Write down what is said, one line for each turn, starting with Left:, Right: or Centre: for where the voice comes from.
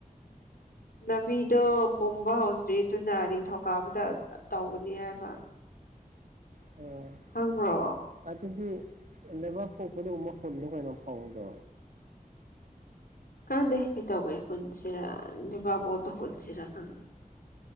Left: ꯅꯨꯄꯤꯗꯣ ꯄꯨꯝꯕ ꯍꯧꯗ꯭ꯔꯤ ꯑꯗꯨꯅ ꯅꯤꯡꯊꯧꯀꯥꯕꯗ ꯇꯧꯒꯅꯤ ꯍꯥꯏꯕ
Right: ꯍꫭꯏ
Left: ꯍꯪꯕ꯭ꯔꯣ
Right: ꯑꯗꯨꯗꯤ ꯂꯩꯕꯥꯛꯄꫭꯛꯄꯗ ꯒꯥꯝꯕ ꯍꯣꯂꯨ ꯀꯩꯅꫭ ꯐꯥꯎꯗꯣ
Left: ꯈꯪꯗꯦ ꯀꯥꯟꯗꯧꯉꯥꯏ ꯍꯨꯟꯁꯤꯔꯥ ꯂꯩꯕꯥꯛꯄꫭꯛꯄꯗ ꯍꯨꯟꯁꯤꯔꯥ ꯈꯪꯗꯦ